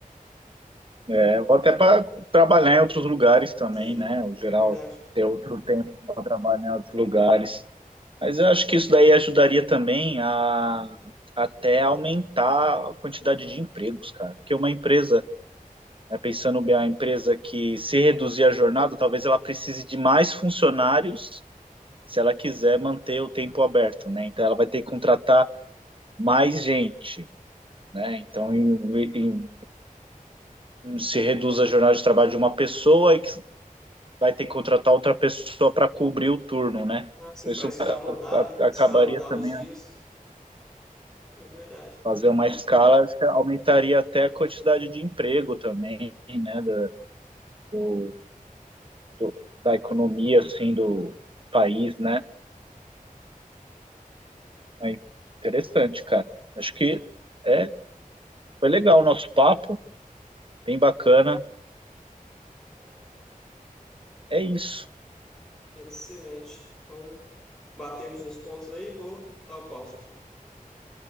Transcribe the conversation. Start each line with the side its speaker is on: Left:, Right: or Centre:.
Right: é, vou até para trabalhar em outros lugares também,
Centre: Sim,
Right: né? O
Centre: né,
Right: geral
Centre: é verdade.
Right: ter outro tempo para trabalhar em outros lugares. Mas eu acho que isso daí ajudaria também a até aumentar a quantidade de empregos, cara. Porque uma empresa, né, pensando bem, a empresa que se reduzir a jornada, talvez ela precise de mais funcionários se ela quiser manter o tempo aberto, né? Então ela vai ter que contratar mais gente, né? Então em- em- se reduz a jornada de trabalho de uma pessoa e que vai ter que contratar outra pessoa para cobrir o turno, né?
Centre: Assim,
Right: Então, Isso
Centre: para escalonar,
Right: a-
Centre: né?
Right: acabaria
Centre: Escalonar
Right: também
Centre: os dias, é verdade.
Right: fazer uma escala acho que aumentaria até a quantidade de emprego também, né, da, do, do- da economia, assim, do país, né? Mas interessante, cara. Acho que é, foi legal o nosso papo, bem bacana. É isso.
Centre: Excelente. Então, batemos uns pontos aí, vou dar o pause aqui.